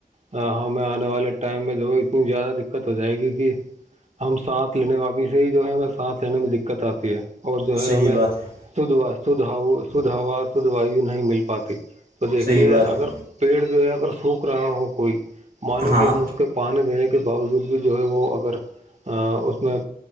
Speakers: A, on the right; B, on the right.
A: ہاں ہاں میں آنے والے ٹائم میں د اتنی زیادہ دقت ہو جائے گی کہ ہم ساتھ لینے والاابی سے ہی جو ہے ہمیں ساتھ لینے میں دقت آتی ہے اور جو
B: صحیح
A: ہے ہمیں
B: بات ہے
A: ھھ شھ ہوا شھ وایو نہیں مل پاتی تو دیکھیے
B: صحیح بات
A: اگر
B: ہے
A: پیڑ جو ہے اگر سوکھ رہا ہو کوئی مانو
B: ہاں
A: کہ ہم اس کے پانی دینے کے باوجود بھی جو ہے وہ اگر اس اس میں